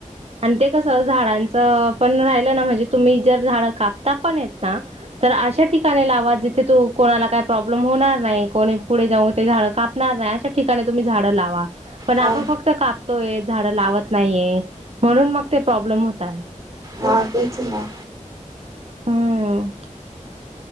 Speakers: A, on the right (about 50°); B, on the right (about 25°).
A: आणि ते कसं झाडांचं पण राहिलं ना. म्हणजे तुम्ही जर झाड कापता पण येत ना. तर अशा ठिकाणी लावा जिथे तू कोणाला काही प्रॉब्लेम होणार नाही. कोणी पुढे जाऊन ते झाडं कापनार नाही. कापणार नाही अशा ठिकाणी तुम्ही झाडं लावा. पण आपण
B: हा
A: फक्त कापतोय झाड लावत नाहीये म्हणून मग ते प्रॉब्लेम होत आहे.
B: हा तेच ना.
A: हम्म.